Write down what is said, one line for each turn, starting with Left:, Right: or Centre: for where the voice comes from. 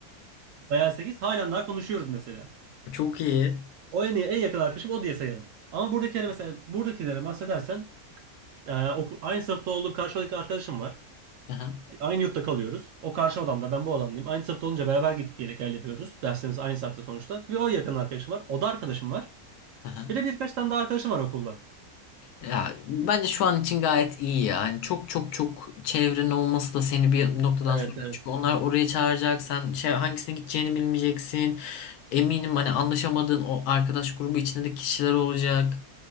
Right: <laughs> Bayağı sekiz Halen daha konuşuyoruz mesela.
Left: <laughs> Çok iyi.
Right: O en iyi, en yakın arkadaşım o diye sayarım. Ama buradakilere mesela buradakilere bahsedersen e, oku- aynı sınıfta olduğum karşıdaki arkadaşım var.
Left: Aha,
Right: Aynı yurtta kalıyoruz. O karşı odamda ben bu odamdayım. Aynı sınıfta olunca beraber gidip gel, gel yapıyoruz. Derslerimiz aynı saatte sonuçta. Bir o yakın arkadaşım var. O da arkadaşım var.
Left: aha.
Right: Bir de birkaç tane daha arkadaşım var okuldan.
Left: Ya bence şu an için gayet iyi ya. Hani çok çok çok çevrenin olması da seni bir noktadan
Right: Evet,
Left: sonra
Right: evet.
Left: çünkü onlar oraya çağıracak. Sen şey hangisine gideceğini bilmeyeceksin. Eminim hani anlaşamadığın o arkadaş grubu içinde de kişiler olacak.